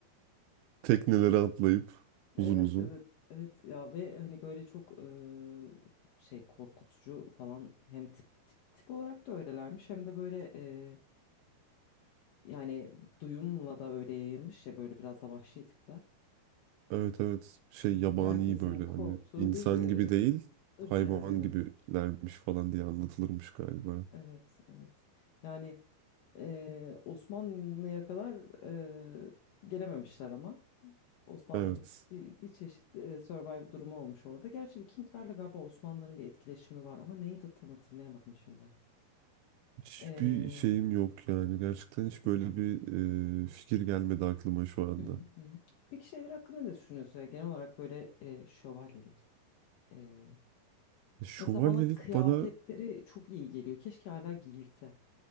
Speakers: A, on the right; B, on the left.
A: Teknelere atlayıp
B: Evet
A: uzun uzun.
B: evet evet ya ve hani böyle çok eee, şey korkutucu falan hem tip tip tip olarak da öylelermiş hem de böyle eee, yani duyumla da öyle yayılmış ya böyle biraz da vahşi tipler.
A: Evet evet şey yabani
B: Böyle herkesin
A: böyle
B: korktuğu
A: hani insan
B: bir eee,
A: gibi değil
B: ırk
A: hayvan
B: yani evet.
A: gibilermiş falan diye anlatılırmış galiba.
B: Evet, evet. Yani eee, Osmanlı'ya kadar eee, gelememişler ama Osmanlı
A: Evet.
B: bir, bir, bir çeşit eee, survive durumu olmuş orada. Gerçi Vikinglerle galiba Osmanlıların bir etkileşimi var ama neyi de tam hatırlayamadım şimdi.
A: Hiçbir
B: Eee,
A: şeyim yok yani. Gerçekten hiç
B: hmm,
A: böyle bir e, fikir gelmedi aklıma şu anda.
B: hı hı, hı. Peki şeyler hakkında ne düşünüyorsun ya genel olarak böyle eee, şövalyelik? Eee,
A: Şövalyelik
B: mesela bana kıyafetleri
A: bana
B: çok iyi geliyor. Keşke hala giyilse.